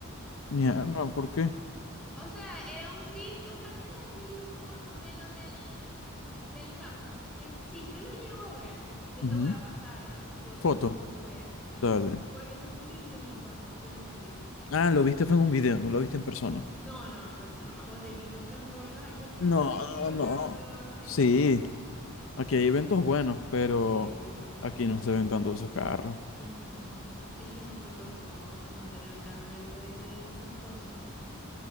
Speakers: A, on the left; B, in the centre.
A: ya no ¿por qué?
B: O sea, era un circo, o sea, no sé si es lo- como el modelo del, del carro, que si yo lo llego a ver, yo
A: Ujú.
B: te voy a pasar eh, foto
A: Foto,
B: para que vos lo veáis, sí,
A: dale.
B: porque eso fue un reel que me pasó, que me salió.
A: Ah, lo viste fue en un video, no lo viste en persona.
B: No, no, en persona no, vos sabés que esos carros para verlos aquí en persona
A: No,
B: hay que ir
A: no.
B: a un evento especial.
A: Sí, aquí hay eventos buenos, pero
B: Sí.
A: aquí no se ven tanto esos carros.
B: Ujú. Es que son muy costosos, mantener un carro de eso es costoso.